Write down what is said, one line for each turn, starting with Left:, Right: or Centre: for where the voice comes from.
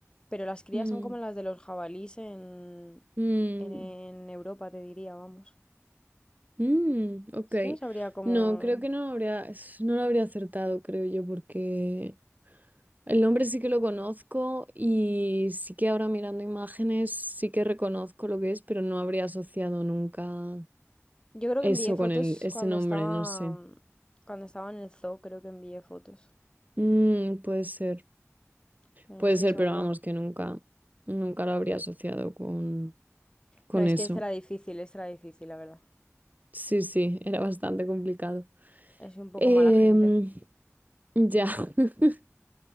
Left: pero las crías
Right: Mm,
Left: son como las de los jabalís en,
Right: mm.
Left: en, en Europa, te diría, vamos.
Right: Mm, ok.
Left: Es que no sabría cómo...
Right: No, creo que no habría, es- no lo habría acertado, creo yo, porque el nombre sí que lo conozco y sí que ahora mirando imágenes sí que reconozco lo que es, pero no habría asociado nunca
Left: Yo creo
Right: eso
Left: que envié fotos
Right: con el, ese
Left: cuando
Right: nombre,
Left: estaba,
Right: no sé.
Left: cuando estaba en el zoo, creo que envié fotos,
Right: Mm, puede ser,
Left: pero
Right: puede
Left: no estoy
Right: ser,
Left: segura.
Right: pero vamos, que nunca, nunca lo habría asociado con, con
Left: No, es
Right: eso.
Left: que esta era difícil, esta era difícil, la verdad.
Right: Sí, sí, era bastante complicado.
Left: Es un poco
Right: Em,
Left: mala gente.
Right: ya. <laughs>